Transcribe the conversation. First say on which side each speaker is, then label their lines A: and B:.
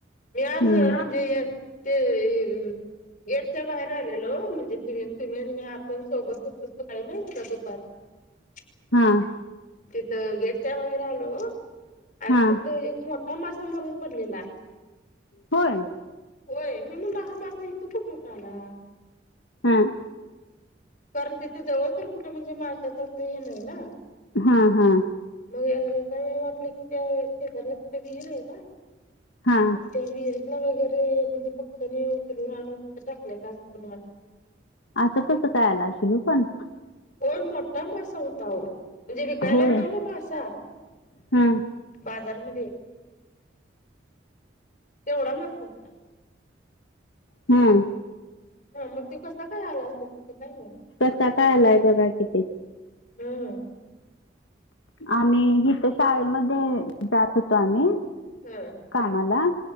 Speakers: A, on the left (about 45°); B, on the left (about 80°).
A: मी आज
B: हम्म
A: म्हणजे ते- गेटच्या बाहेर आलेलो, म्हणजे तुम तुम्ही आणि मी आत- सोबतच पुस्तक आहे <unintelligible> दुकान -
B: हा.
A: तिथं गेटच्या बाहेर आलो आणि
B: हा
A: तिथं एक मोठा मासा मरून- मेला.
B: होय
A: होय, मी हा मासा इथून कुठून मासा आला?
B: हा.
A: कारण, तिथं जवळ तर कुठे म्हणजे माशाचं असं हे नाही ना?
B: हा, हा.
A: मग एका हे वाटलं की, त्या शेजारला तिथं विहीर आहे ना?
B: हा.
A: त्या विहिरीला वगैरे, म्हणजे पक्ष्यांनी उचलून आणून तिथं टाकलंय का असं पण वाटलं?
B: असं कसं काय आला <unintelligible> पण
A: होय, मोठा मासा होता आवो. म्हणजे विकायला
B: होय
A: येतोय बघ, मासा
B: हा
A: बाजारमध्ये- तेवढा मासा होता.
B: हम्म.
A: हं, मग तो कस काय आला असेल काय माहित?
B: कसा काय आलाय बघा की ते.
A: हम्म.
B: आम्ही, हिथं शाळेमध्ये जात होतो आम्ही-
A: हा
B: कामाला